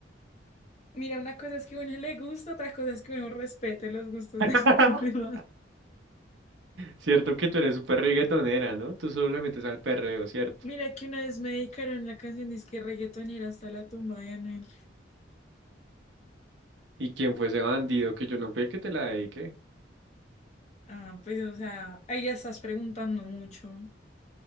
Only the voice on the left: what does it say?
Mira, una cosa es que a uno le gusta, otra cosa es que uno respete los gustos
de las <laughs> demás.
Mira que una vez me dedicaron la canción disque reggaetonera hasta la tumba de Anuel.
Ah, pues o sea, ahí ya estás preguntando mucho.